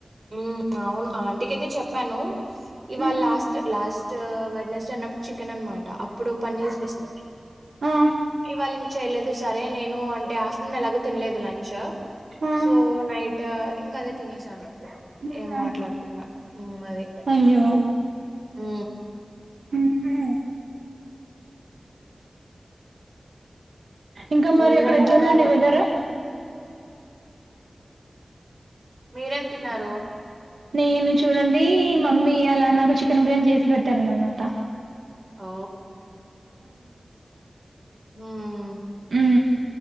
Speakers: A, on the right; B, on the right.
A: ఉ అవును ఆంటికయితే చెప్పాను. ఇవాళ
B: హ్మ్.
A: లాస్ట్ లాస్ ట్ వెడ్నస్డే అన్నప్పుడు చికెన్ అనమాట. అప్పుడు పన్నీర్ చేసింది.
B: ఆ!
A: ఇవాళ ఇంక చెయలేదు. సరే నేను అంటే ఆఫ్టర్నూన్ ఎలాగు తినలేదు లంచ్.
B: ఆ!
A: సో నై ట్ ఇంకా అదే తినసాను.
B: ఆహా!
A: ఏం మాట్లాడకుండా అది.
B: అయ్యో!
A: హ్
B: హుహు. ఇంకా మరి.
A: మీరేం
B: అక్కడ ఎట్లుందండి
A: తిన్నారు
B: వెదర్?
A: మీరేం తిన్నారు?
B: నేను చూడండి మమ్మీ ఇయాలా నాకు చికెన్ బిర్యానీ చేసి పెట్టారు అనమాట.
A: ఓ హ్మ్
B: ఉ